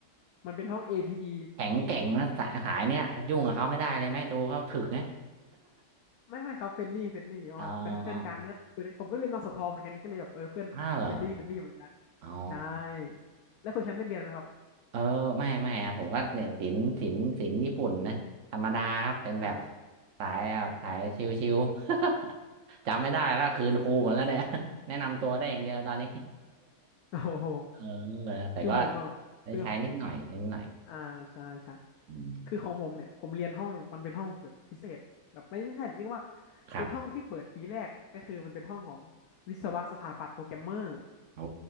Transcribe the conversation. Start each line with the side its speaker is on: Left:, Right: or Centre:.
Left: มันเป็นห้อง APE
Right: แข็งแกร่งนะสายขายเนี่ยยุ่งกับเขาไม่ได้เลยไหมดูเขาถึกนะ
Left: ไม่ไม่ครับเฟรนลี่เฟรนลี่เพราะว่าเป็นเพื่อนกันก็คือผมก็เรียนนสทเหมือนกันก็เลยแบบเออเพื่อนเฟรนลี่เฟรนลี่เหมือนกัน
Right: <laughs> เอออ้าวเหรออ๋อ
Left: ใช่แล้วคุณแชมป์ได้เรียนไหมครับ
Right: เออไม่ไม่ครับผมก็เนี่ยศิลป์ศิลป์ศิลป์ญี่ปุ่นนะธรรมดาครับเป็นแบบ
Left: อ๋อ
Right: สายแบบสายชิวๆ <laughs> จำไม่ได้ละคืนครูหมดแล้วเนี่ย <laughs> แนะนำตัวได้อย่างเดียวตอนนี้
Left: โอ้โห
Right: <laughs> เออแต่ก็
Left: คือผมอะแบบคือ
Right: ได้ใช้นิดหน่อยนิดหน่อย
Left: อ่าใช่ใช่
Right: อืม
Left: คือของผมเนี่ยผมเรียนห้องมันเป็นห้องแบบพิเศษแบบไม่ใช่เรียกว่า
Right: ครับ
Left: เป็นห้องที่เปิดปีแรกก็คือมันเป็นห้องของวิศวะสถาปัตย์โปรแกรมเมอร์
Right: โอ้